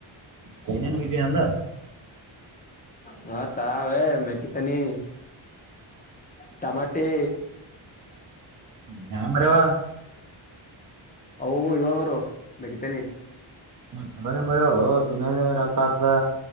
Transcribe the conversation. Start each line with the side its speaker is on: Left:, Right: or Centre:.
Right: ತಲ್ಲಿ ಮೀನು ಹೀಗೆ ಅಲ್ಲ.
Left: ನಾ ತಾರೆ ಮೆಕಿತನಿ. ಟಮಾಟೆ
Right: ಡಮರು
Left: ಅವು ಏಳುನೂರು ಮುಗಿತನಿ.
Right: ಮತ್ತು ಅದನ್ನು ಬೆಳೆಯೊದು ದಿನ ನೀರಕ್ ಹಾಕ್ದೆ